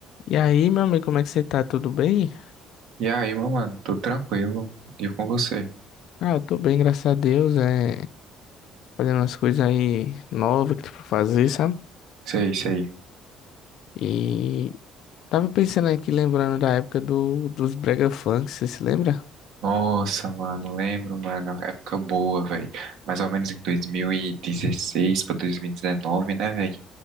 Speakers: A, on the left; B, on the right.
A: E aí, meu amigo, como é que você tá? Tudo bem?
B: E aí, meu mano, tudo tranquilo? E com você?
A: Ah, eu tô bem, graças a Deus. É, fazendo umas coisas aí novas que tem pra fazer, sabe?
B: Sei, sei.
A: E tava pensando aqui, lembrando da época do, dos Brega Funk, você se lembra?
B: Nossa, mano, lembro, mano, época boa, velho. Mais ou menos em 2016 pra 2019, né, velho?